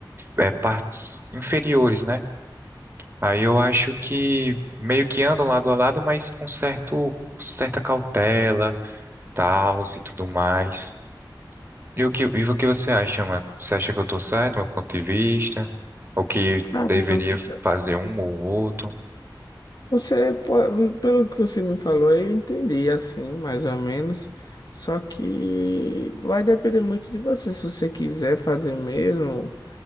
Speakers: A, on the right; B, on the left.
A: é, partes inferiores, né? Aí eu acho que meio que andam lado a lado, mas com certo, certa cautela, tals e tudo mais. E o que, e o que você acha, mano? Você acha que eu tô certo, meu ponto de vista? Ou que
B: Caramba.
A: deveria fazer um ou outro?
B: Você, po- pelo que você me falou, eu entendi assim, mais ou menos. Só que vai depender muito de você. Se você quiser fazer mesmo.